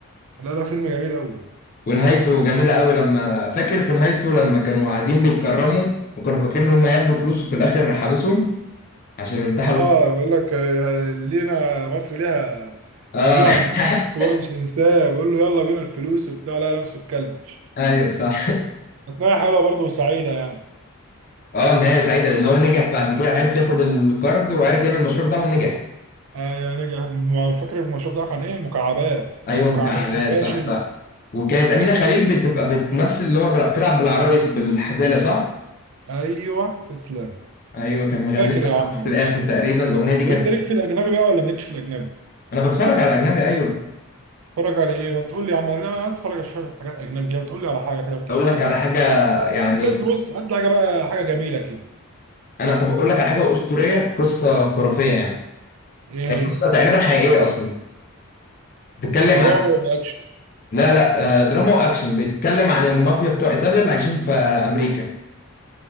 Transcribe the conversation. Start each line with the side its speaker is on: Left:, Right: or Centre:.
Right: لا لا فيلم جميل أوي
Left: ونهايته جميله قوي لما فاكر في نهايته لما كانوا قاعدين بيتكرموا وكانوا فاكرين ان هم ياخدوا فلوس وفي الاخر حابسهم عشان انتحلوا
Right: آه بيقول لك آه، لينا مصر ليها
Left: اه
Right: جميلة عندكم
Left: <laughs>
Right: أنتوا برضه مش هننساه بيقول له يلا بينا الفلوس وبتاع لا نفسه اتكلبش
Left: ايوه صح
Right: أثناء حلوة برضه وسعيدة يعني
Left: اه نهايه سعيده لان هو نجح بعد كده عرف ياخد الكارد وعرف يعمل المشروع بتاعه ونجح
Right: آه يعني جا- ما فاكر المشروب بتاعه كان إيه مكعبات تقول
Left: ايوه
Right: له مكعبات
Left: مكعبات
Right: يا فاشل
Left: صح صح وكانت امينه خليل بتبقى بتمثل اللي هو بلا- بتلعب بالعرايس بالحباله صح
Right: ايوه تسلم
Left: ايوه كان مغنيها
Right: فاكر يا عم
Left: في
Right: اهو
Left: الاخر تقريبا الاغنيه دي كانت
Right: وانت ليك في الاجنبي بقى ولا مالكش في الاجنبي
Left: انا بتفرج على اجنبي ايوه
Right: اتفرج على ايه ما تقول لي يا عم انا عايز اتفرج على شويه حاجات اجنبي كده بتقول لي على حاجه كده وتحكي
Left: اقول لك
Right: لي
Left: على
Right: مثلا
Left: حاجه يعني
Right: بس هات بص هات لي حاجه بقى حاجه جميله كده
Left: انا طب اقول لك على حاجه اسطوريه قصه خرافيه يعني
Right: ايه
Left: هي قصه
Right: هي
Left: تقريبا حقيقيه اصلا بتتكلم
Right: ده رعب
Left: عن
Right: ولا اكشن
Left: لا لا آه، دراما واكشن بيتكلم عن المافيا بتوع ايطاليا اللي عايشين في امريكا